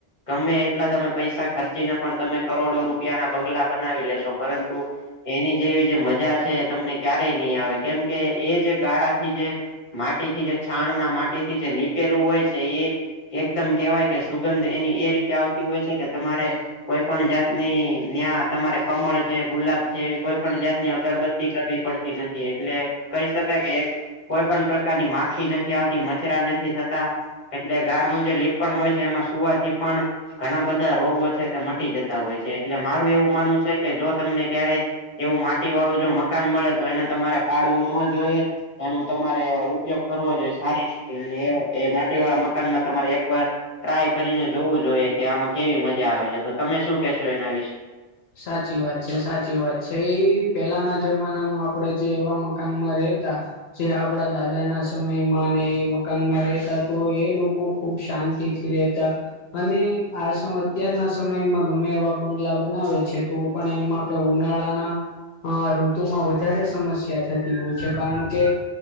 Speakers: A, on the left (about 45°); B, on the left (about 75°).
A: ગમે એટલા તમે પૈસા ખર્ચીને પણ તમે કરોડો રૂપિયાના બંગલા બનાવી લેશો પરંતુ એની જેવી જે મજા છે એ તમને ક્યારેય નહી આવે કેમ કે એ જ ગારાથી જે માટીથી જે છાણ ના માટી થી જે લીપેલું હોય છે એ એકદમ કેવાય કે સુગંધ એની એ રીતે આવતી હોય છે કે તમારે કોઈ પણ જાતની ન્યા તમારે કમળ છે ગુલાબ છે એવી કોઈ પણ જાતની અગરબ ત્તિ કરવી પડતી નથી એટલે કહી શકાય કે કોઈ પણ પ્રકારની મા ખી નથી આવતી મચરા નથી થતા એટલે ગારનું જે લીપણ હોય છે એમાં સુવાથી પણ ઘણા બધા રોગો છે તે મટી જતા હોય છે એટલે મારું એવું માનવું છે કે જો તમને ક્યારે એવું માટી વાળું જો મકાન મળે તો એને તમારે પાડવું નો જોઈએ. એનું તમારે અ ઉપયોગ કરવો જોઈએ સારી રીતે અને એ એ માટી વાળા મકાનમાં તમારે એક વાર ટ્રાય કરીને જોવું જોઈએ કે આમાં કેવી મજા આવે છે તો તમે શું કેશો એના વિશે.
B: સાચી વાત છે સાચી વાત છે એ પેલાના જમાનામાં આપણેે જે એવા મકાનમાં રેતા જે આપડા દાદા ના સમયમાં અને એ મકાનમાં રહેતા તો એ લોકો ખૂબ શાંતિથી રેહતા અને આળસુ અત્યારના સમયમાં ગમે એવા બંગલા બનાવે છે તો પણ એમાં તો ઉનાળાના હ ઋતુમાં વધારે સમસ્યા થતી હોય છે કારણ કે